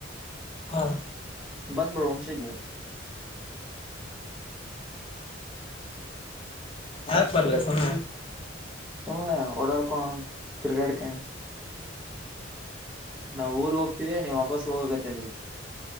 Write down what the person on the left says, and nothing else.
ಹಾ
ಯಾ ಬರ್ಲ್ಲ ಸಮ್ಮ